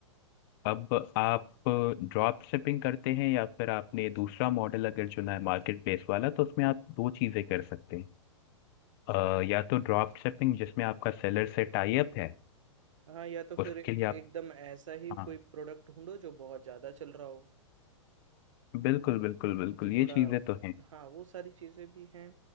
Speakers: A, on the left; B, on the right.
A: अब आप ड्रॉप शिपिंग करते हैं या फिर आपने दूसरा मॉडल अगर चुना है मार्केट प्लेस वाला तो उसमें आप दो चीज़ें कर सकते हैं अ, या तो ड्रॉप शिपिंग जिसमें आपका सेलर से टाई अप है
B: हाँ या तो फिर
A: उसके
B: एकदम
A: लिए आप
B: ऐसा ही
A: हाँ
B: कोई प्रोडक्ट ढूंढो जो बहुत ज़्यादा चल रहा हो
A: बिल्कुल बिल्कुल बिल्कुल
B: जो
A: ये
B: थोड़ा
A: चीज़ें तो हैं
B: हाँ वो सारी चीज़ें भी हैं